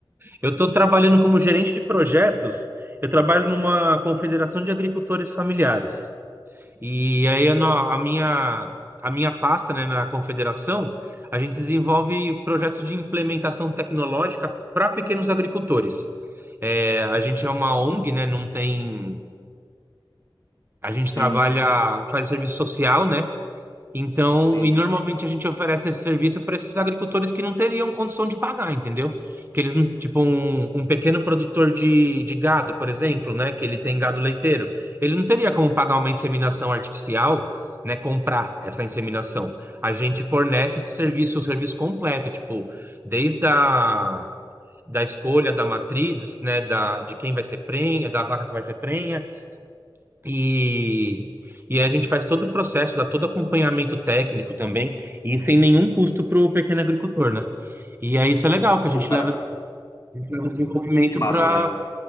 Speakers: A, on the right; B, on the left.
A: Eu tô trabalhando como gerente de projetos. Eu trabalho numa confederação de agricultores familiares. E aí a, no- a minha a minha pasta, né, na Confederação, a gente desenvolve projetos de implementação tecnológica para pequenos agricultores. É, a gente é uma ONG, né, não tem, a gente
B: Sim,
A: trabalha, faz serviço social, né? Então,
B: sim.
A: e normalmente a gente oferece esse serviço para esses agricultores que não teriam condição de pagar, entendeu? Que eles, não- tipo, um, um pequeno produtor de, de gado, por exemplo, né? Que ele tem gado leiteiro, ele não teria como pagar uma inseminação artificial, né? Comprar essa inseminação. A gente fornece esse serviço, o serviço completo, tipo, desde a da escolha da matriz, né? Da, de quem vai ser prenha, da vaca que vai ser prenha e, e aí a gente faz todo o processo, dá todo acompanhamento técnico também, e sem nenhum custo para o pequeno agricultor, né? E aí isso é legal, que a gente
B: Pô, cara,
A: leva, a gente leva o desenvolvimento
B: que massa,
A: para
B: velho.